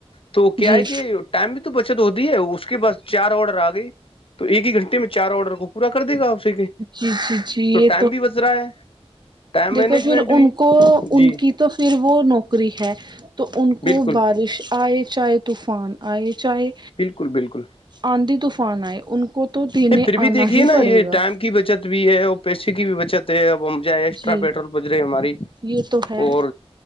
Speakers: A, on the left; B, on the right.
A: تو کیا
B: جی
A: ہے کہ ٹائم بھی تو بچت ہوتی ہے اس کے باس چار آڈر آ گئی تو ایک ہی گھنٹے میں چار آڈر کو پورا کر دے گا آپ سے کے
B: جی جی جی یہ
A: تو ٹائم بھی بچ رہا ہے ٹائم
B: دیکھو
A: مینجمنٹ
B: پھر
A: بھی
B: ان کو
A: جی
B: ان کی تو پھر وہ نوکری ہے تو ان کو
A: بالکل
B: بارش آئے چاہے طوفان آئے چاہے
A: بالکل بالکل
B: آندھی طوفان آئے ان کو تو دنے
A: نہیں پھر بھی
B: آنا
A: دیکھیے
B: ہی
A: نا
B: پڑے
A: یہ
B: گا
A: ٹائم کی بچت بھی ہے اور پیشے کی بھی بچت ہے اب ہم جائے ایکسٹرا
B: جی
A: پیٹرول پج رہے ہماری
B: یہ تو ہے
A: اور